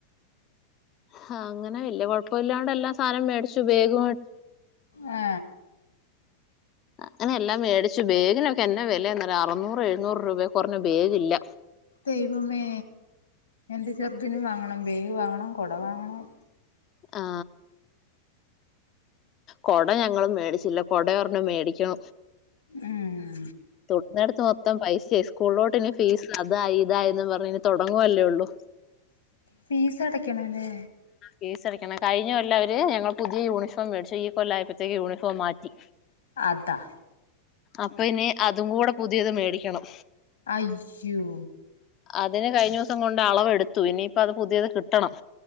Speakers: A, on the left; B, on the left.
A: ഹങ്ങനെ വല്യയ കൊഴപ്പല്ലാണ്ട് എല്ലാ സാനം മേടിച്ചു ബേഗ്
B: ആ
A: ങ്ങനെയെല്ലാം വേടിച്ചു ബേഗിനൊ ക്കെ എന്നാ വെലയാന്നറിയോ അറുന്നൂറ് എഴുന്നൂറൂപേ കൊറഞ്ഞ് ബേഗില്ല
B: ദൈവമേ എൻ ദിസ് ഷ്ടത്തിനു വാങ്ങണം ബേഗു വാങ്ങണം കൊടവാങ്ങണം
A: ആ കൊട ഞങ്ങള് മേടിച്ചില്ല കൊട ഒരെണ്ണം മേടി ക്കും
B: ഉം
A: തെട് നടത്തുമൊത്തം പൈസേ സ്കൂളിലോട്ടിനി ഫീസ് അതായി ഇതായിരുന്നു പറഞ്ഞിനി തൊടങ്ങുവല്ലേ ഉള്ളു
B: ഫീസ് അടയ്ക്കണം അല്ലേ
A: ഫീസടക്കണം കഴിഞ്ഞ കൊല്ലം അവര് ഞങ്ങൾ പുതിയ യൂണിഫോം മേടി ചെയ്യും പ്പോലായപ്പത്തേക്കും യൂണിഫോം മാറ്റി
B: അതാ
A: അപ്പയിനി അതും കൂട പുതിയത് മേടിക്കണം
B: അയ്യോ
A: അതിന് കഴിഞ്ഞോസം കൊണ്ട് അളവെടുത്തു ഇനീപ്പം അത് പുതിയത് കിട്ടണം